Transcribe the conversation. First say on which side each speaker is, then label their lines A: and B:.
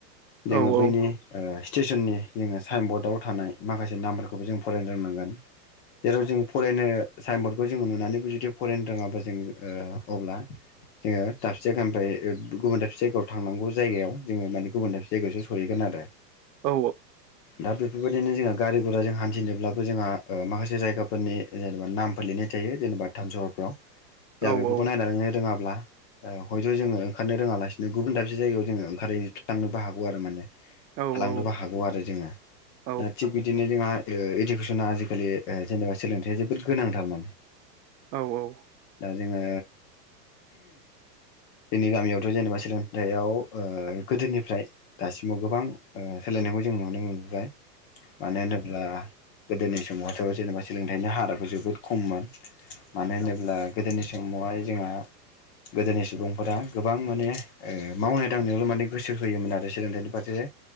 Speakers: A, on the left; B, on the right.
A: जोङो
B: औ
A: बैनि
B: औ
A: ओ स्टेसननि जोङो साइन बर्डआव थानाय माखासे नामफोरखौबो जों फरायनो रोंनांगोन जेराव जों फरायनो साइन बर्डखौ जोङो नुनानैबो जुदि फरायनो रोङाबा जों ओ अब्ला जोङो दाबसे जायगा ओमफ्राय गुबुन दाबसे जायगायाव थांनांग जायगायाव जोङो माने गुबुन दाबसे जायगायावसो सहैगोन आरो
B: औ
A: दा बे बेबायदिनो जोङो गारि गर जों हान्थिनोब्लाबो जोंहा माखासे जायगाफोरनि जेनेबा नामफोर लिरनाय थायो जेनेबा टाउ सहरफ्राव दा
B: औ
A: बेफोरखौ नायनानैनो रोङाब्ला हयथ' जोङो ओंखारनो रोङालासिनो गुबुन दाबसे जायगायाव जोङो ओंखारहैनो थांनोबो हागौ आरो माने
B: औ
A: थालांनोबो
B: औ
A: हागौ आरो जोङो
B: औ नोंथां औ
A: दा थिग बिदिनो जोंहा इडुकेसना आजिखालि जेनेबा सोलोंथाइया जोबोद गोनांथार माने
B: औ औ।
A: दा जोङो जोंनि गामियावथ' जेनेबा सोलोंथायाइयाव गोदोनिफ्राय दासिमाव गोबां ओ सोलायनायखौ जों नुनो मोनबोबाय। मानो होनोब्ला गोदोनि समावहथ' जेनेबा सोलोंथाइनि हाराबो जोबोद खममोन। मानो होनोब्ला गोदोनि समावहाय जोंहा गोदोनि सुबुंफोरा गोबां माने ओ मावनाय दांनायावल' माने गोसो होयोमोन आरो सोलोंथाइनि फारसे